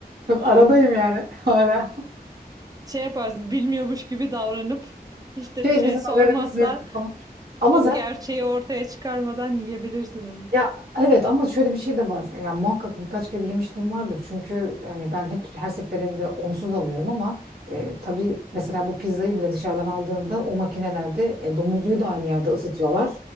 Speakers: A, on the right; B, on the right.
A: çok aradayım yani <laughs> hala.
B: şey yaparsın bilmiyormuş gibi davranıp hiç de
A: Şey
B: bir şey
A: bizim
B: sormazsan
A: haberimiz yok falan. Ama
B: o
A: zaten
B: gerçeği ortaya çıkarmadan yiyebilirsin onu.
A: Ya evet ama şöyle bir şey de var. Ya muhakkak birkaç kere yemişliğim vardır. Çünkü hani ben hep her seferinde onsuz alıyorum ama e, tabii mesela bu pizzayı bile dışarıdan aldığında o makinelerde e, domuzluyu da aynı yerde ısıtıyorlar.